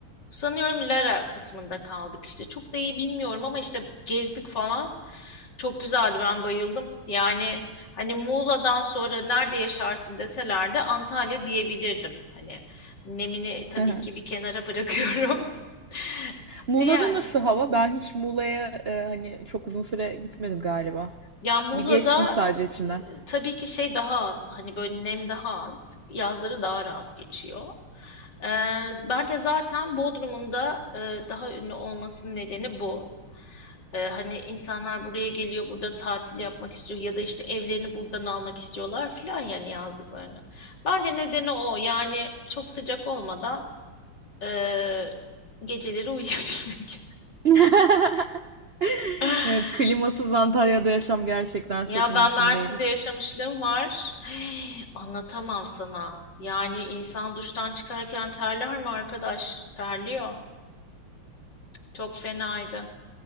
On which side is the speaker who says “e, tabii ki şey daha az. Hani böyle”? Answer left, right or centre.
Left